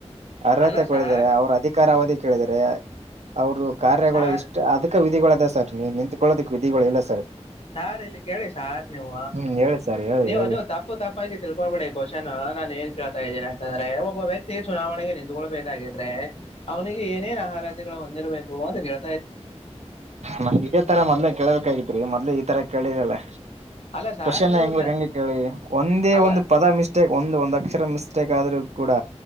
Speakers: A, on the right; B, on the left.
A: ಅರ್ಹತೆ
B: ಅಲ್ಲ
A: ಕೆಳಿದ್ದಾರೆ
B: ಸರ್
A: ಅವ್ರ ಅಧಿಕಾರ ಅವದಿ ಕೇಳಿದರೆ. ಅವರು ಕಾರ್ಯಗಳು
B: ಸರ್
A: ಇಷ್ಟು ಅದಕ್ಕೆ ವಿಧಿಗಳ. ಸರ್ ನೀವು ನಿಂತ್ಕೊಳ್ಳೋದಕ್ ವಿಧಿಗಳು ಇಲ್ಲ ಸರ್.
B: ಸಾರ್ ಇಲ್ಲಿ ಕೇಳಿ ಸಾರ್ ನೀವು
A: ಹ್ಮ್ ಹೇಳಿ ಸರ್ ಹೇಳಿ
B: ನೀವು
A: ಹೇಳಿ
B: ನೀವು ತಪ್ಪು ತಪ್ಪಾಗಿ ತಿಳ್ಕೊಬೇಡಿ ಕೋಶನ್ ನಾನನ್ ಏನ್ ಇದ ಯಾಕಂದ್ರೆ ಒಬ್ಬ ವ್ಯಕ್ತಿ ಚುನಾವಣೆಗೆ ನಿಂತ್ಕೊಬೇಕೇಕಾಗಿದ ಅಂದ್ರೆ ಅವನಿಗೆ ಏನೇನ ಆಹಾರ ಹೊಂದಿರಬೇಕು ಅಂತ ಹೇಳ
A: ನಮ ಇದೇ ತರ ಮೊದ್ಲೇ ಕೇಳಳ್ಬೇಕಾಗಿತ್ರಿ ಮೊದ್ಲೆ ಈ ತರ ಕೇಳಿದಲ್ಲ
B: ಅಲ್ಲ ಸಾರ್
A: ಕ್ವನ್
B: ನೀವು
A: ಹೆಂಗ್ಲಕ್
B: ಚ
A: ಹಂಗೆ ಕೇಳಿ ಒಂದೇ
B: ಅಲ್ಲ
A: ಒಂದು ಪದ ಮಿಸ್ಟೇಕ್ ಒಂದು ಒಂದ್ ಅಕ್ಷರ ಮಿಸ ಮಿಸ್ಟೇಕ್ ಆದರೂ ಕೂಡ